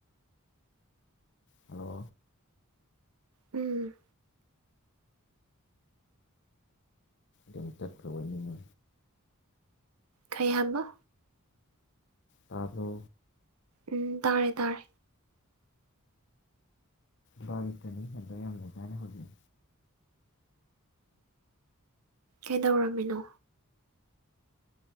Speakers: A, on the left (about 55°); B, on the right (about 85°).
A: ꯍꯜꯂꯣ
B: ꯎꯝ
A: ꯌꯥꯝ ꯃ ꯇꯄ꯭ꯔꯕꯅꯤ
B: ꯈꯩ ꯍꯥꯏꯃ
A: ꯇꯥꯂꯣ
B: ꯎꯝ ꯇꯥꯔꯦ ꯇꯥꯔꯦ
A: ꯕꯥꯔꯤꯇꯅꯤ ꯑꯗꯨꯕ ꯌꯥꯝ ꯂꯩ ꯀꯥꯏꯅ ꯍꯧꯖꯩ
B: ꯀꯩꯗꯧꯔꯝꯃꯤꯅꯣ